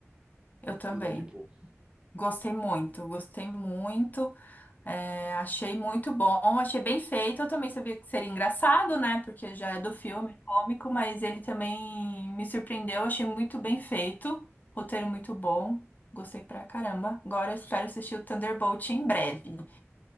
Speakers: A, on the left (about 35°); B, on the right (about 15°).
A: eu também.
B: o do Deadpool.
A: Gostei muito, gostei muito. É, achei muito bom, achei bem feito. Eu também sabia que seria engraçado, né? Porque já é do filme, é cômico, mas ele também me surpreendeu. Achei muito bem feito. Roteiro muito bom. Gostei pra caramba. Agora eu espero assistir o Thunderbolt em breve.